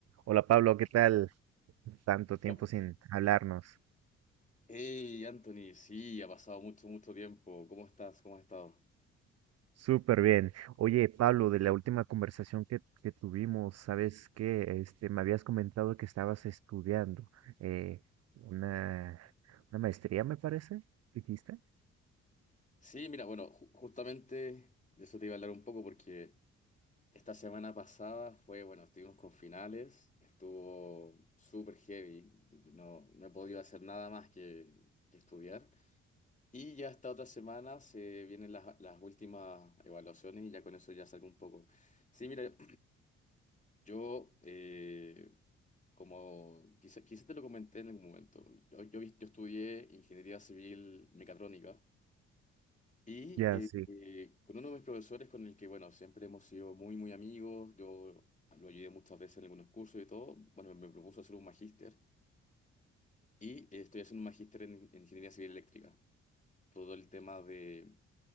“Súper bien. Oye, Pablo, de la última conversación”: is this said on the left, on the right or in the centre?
Right